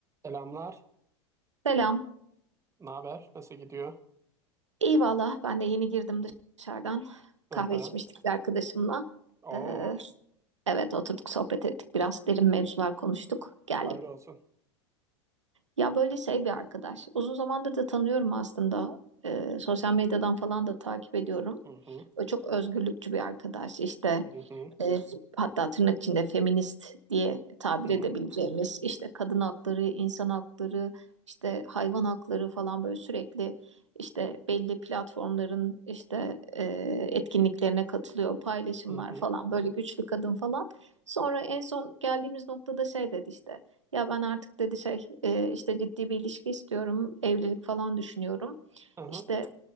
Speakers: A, on the right; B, on the right.
A: Selamlar.
B: Selam.
A: Ne haber? Nasıl gidiyor?
B: İyi valla ben de yeni girdim dışarıdan.
A: Aha.
B: Kahve içmiştik bir arkadaşımla.
A: Oo.
B: Ee, evet oturduk sohbet ettik. Biraz derin mevzular konuştuk. Geldim.
A: Hayır olsun.
B: Ya böyle şey bir arkadaş. Uzun zamandır da tanıyorum aslında. Ee, sosyal medyadan falan da takip ediyorum.
A: Hı hı.
B: O çok özgürlükçü bir arkadaş. İşte
A: Hı hı.
B: e, hatta tırnak içinde feminist diye tabir
A: Hı
B: edebileceğimiz işte kadın hakları, insan hakları, işte hayvan hakları falan böyle sürekli işte belli platformların işte e, etkinliklerine katılıyor, paylaşımlar
A: hı.
B: falan böyle güçlü kadın falan. Sonra en son geldiğimiz noktada şey dedi işte ya ben artık dedi şey e, işte ciddi bir ilişki istiyorum, evlilik falan düşünüyorum.
A: Hı hı.
B: İşte